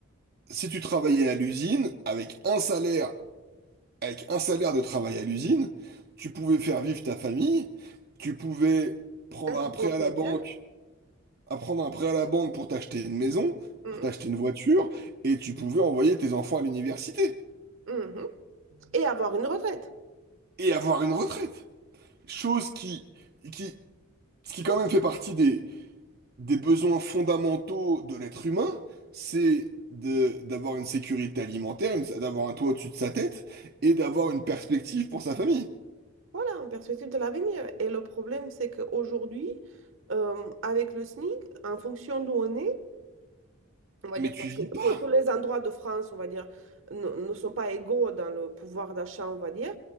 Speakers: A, on the right (about 50°); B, on the right (about 70°).
A: si tu travaillais à l'usine avec un salaire avec un salaire de travail à l'usine, tu pouvais faire vivre ta famille, tu pouvais prendre
B: Être
A: un
B: propriétaire,
A: prêt à la banque, à prendre un prêt à la banque pour t'acheter une maison,
B: hum,
A: pour t'acheter une voiture, et tu pouvais envoyer tes enfants à l'université
B: hum, hum. Et avoir une retraite.
A: et avoir une retraite. Chose qui, qui, ce qui quand même fait partie des, des besoins fondamentaux de l'être humain, c'est de, d'avoir une sécurité alimentaire, une- d'avoir un toit au-dessus de sa tête et d'avoir une perspective pour sa famille.
B: Voilà, en perspective de l'avenir. Et le problème, c'est qu'aujourd'hui, euh, avec le SMIC, en fonction d'où on est, on va
A: Mais
B: dire,
A: tu
B: parce
A: vis
B: que
A: pas,
B: pour tous les endroits de France, on va dire, ne, ne sont pas égaux dans le pouvoir d'achat, on va dire,